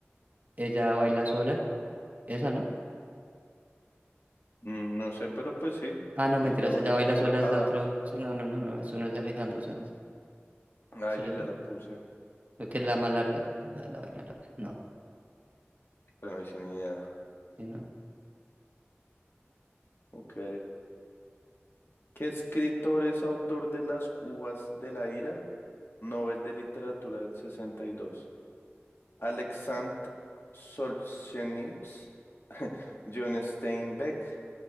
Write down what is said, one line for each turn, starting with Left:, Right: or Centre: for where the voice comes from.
Right: ella baila sola, esa no.
Left: Mm, no sé, pero pues sí.
Right: Ah, no, mentiras,
Left: Ella baila
Right: ella baila
Left: sola.
Right: sola es
Left: Ah,
Right: de otro. sí, No, no, no, no, eso no es de Alejandro Sanz.
Left: ah,
Right: Estrella-
Left: yo ya la puse.
Right: Creo que es la más larga, la, la vaina larga. No,
Left: Bueno, ahí sin idea.
Right: sí, no,
Left: Ok. ¿Qué escritor es autor de Las Uvas de la Ira? Nobel de Literatura del 62. Alexandre Solzhenitsyn, <laughs> John Steinbeck,